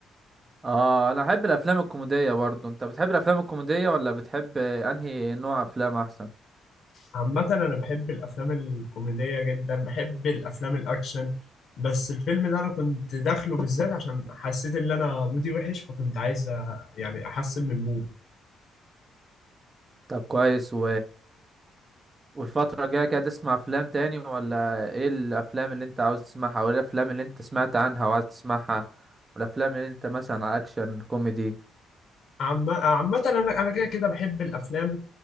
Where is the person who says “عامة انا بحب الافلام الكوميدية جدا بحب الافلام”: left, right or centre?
Left